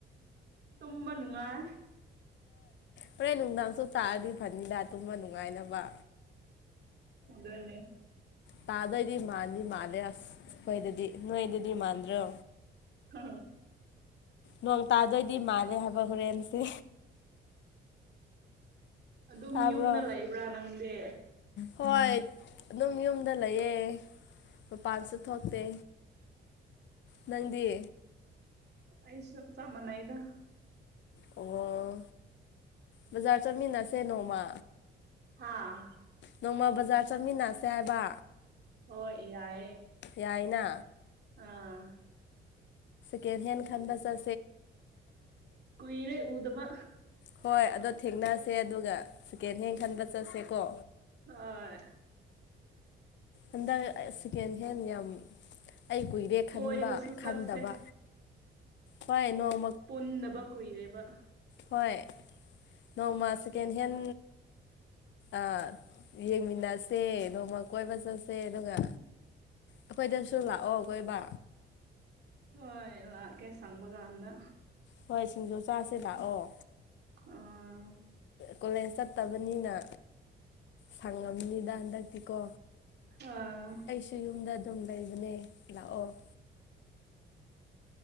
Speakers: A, on the right; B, on the left.
A: ꯇꯨꯝꯝꯕ ꯅꯨꯡꯉꯥꯏ
B: ꯍꯣꯏ ꯎꯗꯥꯝꯁꯨꯣ ꯇꯥꯗꯤ ꯐꯃꯤ ꯂ ꯇꯨꯝꯃ ꯅꯨꯡꯉꯥꯏꯅꯕ
A: ꯑꯗꯟꯅꯦ
B: ꯇꯥꯗꯗꯤ ꯃꯥꯥꯟꯅꯤ ꯃꯥꯂꯦ ꯑꯁ ꯀꯣꯏꯗꯗꯤ ꯅꯣꯏꯗꯗꯤ ꯃꯥꯟꯗ꯭ꯔꯣ
A: ꯍ
B: ꯅꯣꯡ ꯇꯥꯗꯣꯏꯗꯤ ꯃꯥꯜꯂꯦ ꯍꯥꯏꯕ ꯍꯣꯔꯦꯟꯁꯦ
A: ꯑꯗꯨꯝ
B: ꯇꯥꯕ꯭ꯔꯣ
A: ꯌꯨꯝꯗ ꯂꯩꯕ꯭ꯔꯥ ꯅꯪꯗꯤ
B: ꯍꯣꯏ ꯑꯗꯨꯝ ꯌꯨꯝꯗ ꯂꯩꯌꯦ ꯃꯄꯥꯟꯁꯨ ꯊꯣꯛꯇꯦ ꯃꯗꯤ
A: ꯑꯩꯁꯣ ꯆꯃꯅ ꯏꯗ
B: ꯑꯣ ꯕꯖꯥꯔ ꯆꯠꯃꯤꯟꯅꯁꯦ ꯅꯣꯡꯃ
A: ꯑꯥ
B: ꯅꯣꯡꯃ ꯕꯖꯥꯔ ꯆꯠꯃꯤꯟꯅꯁꯦ ꯍꯥꯏꯕ
A: ꯑꯣ ꯌꯥꯑ
B: ꯌꯥꯏꯅ
A: ꯑꯥ
B: ꯦꯟ ꯍꯦꯟ ꯈꯗ ꯆ
A: ꯀꯏꯔꯦ ꯎꯗꯕ
B: ꯍꯣꯏ ꯑꯗꯣ ꯊꯦꯡꯅꯁꯦ ꯑꯗꯨꯒ ꯁꯦꯀꯦꯟ ꯍꯦꯟ ꯈꯟꯕ ꯆꯠꯁꯦꯀꯣ
A: ꯍꯣꯏ
B: ꯑꯗꯀꯦꯟꯦ ꯌꯥꯝ ꯌꯥꯝ ꯑꯩ ꯀꯨꯏꯔꯦ ꯈꯟꯕ
A: ꯀꯣꯏꯕꯁꯨ ꯆꯠꯁꯦ
B: ꯈꯟꯗꯕ ꯍꯣꯏ ꯅꯣꯡ
A: ꯄꯗꯕ ꯀꯨꯣꯏꯔꯦꯕ
B: ꯍꯣꯏ ꯅꯣꯡꯃ ꯁꯦꯀꯦꯟ ꯍꯦꯟ ꯑꯥ ꯌꯦꯡꯃꯤꯟꯅꯁꯦ ꯅꯣꯡꯃ ꯀꯣꯏꯕ ꯆꯠꯁꯦ ꯑꯗꯨꯒ ꯑꯩꯈꯣꯏꯗꯁꯨ ꯂꯥꯛꯑꯣ ꯀꯣꯏꯕ
A: ꯍ ꯏꯂꯀꯦ ꯁꯪꯕꯒꯥꯟꯗ
B: ꯍꯣꯏ ꯁꯤꯡꯖꯨ ꯆꯥꯁꯦ ꯂꯥꯛꯑꯣ
A: ꯑꯥ
B: ꯀꯣꯂꯦꯖ ꯆꯠꯇꯕꯅꯤꯅ ꯁꯪꯉꯝꯅꯤꯗ ꯍꯟꯗꯛꯇꯤꯀꯣ
A: ꯑꯥ
B: ꯑꯩꯁꯨ ꯌꯨꯝꯗ ꯑꯗꯨꯝ ꯂꯩꯕꯅꯦ ꯂꯥꯛꯑꯣ